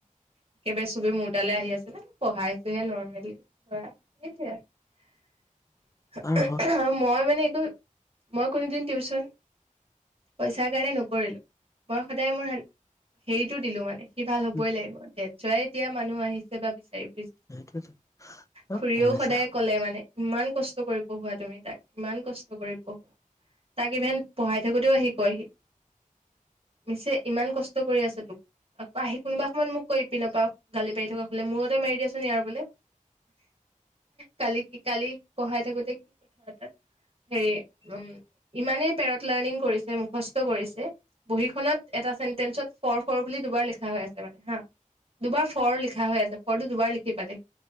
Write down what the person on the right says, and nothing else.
একেবাৰে চবে মোৰ তালৈ আহি আছে পঢ়াইচোহে নৰ্মেলি <unintelligible>
মই মানে একো মই কোনোদিন টিউচন, পইচাৰ কাৰণে নকৰিলোঁ মই সদায় মোৰ হেৰিটো দিলোঁ মানে ভাল হ'বই
লাগিব তে <unintelligible> এতিয়া মানুহ আহিছে বা বিচাৰিব
খুৰীয়েও
সদায় ক'লে মানে ইমান কচ কৰি পঢ়োৱা তুমি তাক, ইমান কষ্ট কৰি পঢ়োৱা তাক ইভেন পঢ়াই থাকোতেও আহি কয়হি মিছে ইমান কষ্ট কৰি আছে তোক আকৌ আহি কোনোবা সময়ত মোক কয় ইপিনপা গালি পাৰি থকা সুনিলে মূৰতে মাৰি দিয়াচোন ইয়াৰ বোলে। কালি, কালি পঢ়াই থাকোতে কি কথা হেৰি উম, ইমানেই পেৰট লাৰ্ণিং কৰিছে, মুখস্থ কৰিছে বহীখনত এটা চেন্টেচত ফৰ, ফৰ বুলি দুবাৰ লিখা হৈ আছে মানে হা, দুবাৰ ফৰ লিখা হৈ আছে ফৰটো দুবাৰ লিখি পালে